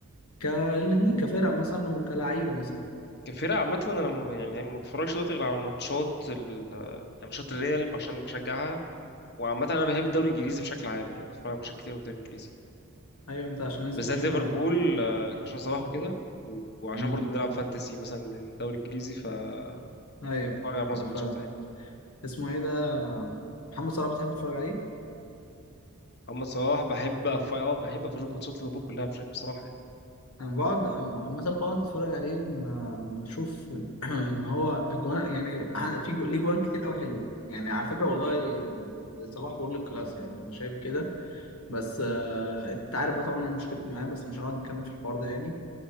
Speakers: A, on the left; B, on the left.
A: كالاثنين كفرق مثلا وكلعيبه مثلا
B: كفرق عامه انا م- يعني ما بتفرجش دلوقتي غير على ماتشات ال... يعني ماتشات الريال عشان بشجعها وعامة أنا بحب الدوري الإنجليزي بشكل عام يعني بتفرج على ماتشات كتير من الدوري الإنجليزي
A: ايوه انت عشان اسمه
B: بالذات
A: ايه
B: ليفربول آه، عشان صلاح وكده و- وعشان
A: امم
B: برضو بنلعب فانتسي مثلا للدوري الإنجليزي فبتفرج
A: ايوه
B: على معظم
A: ده ف
B: ماتشاتها يعني
A: اسمه ايه ده محمد صلاح بتحب تتفرج عليه
B: أما صلاح بحب أف- اه بحب أشوف ماتشات ليفربول كلها بش- بصراحة يعني
A: انا بقعد عم- عامه بقعد اتفرج عليه ب- بشوف <clears throat> ان هو اجوان يعني ع- في جو- ليه جوان كتير قوي حلو يعني على فكره والله صلاح وورلد كلاس يعني انا شايف كده بس آه، انت عارف بقى طبعا انا مشكلتي معاه بس مش هنقعد نتكلم في الحوار ده يعني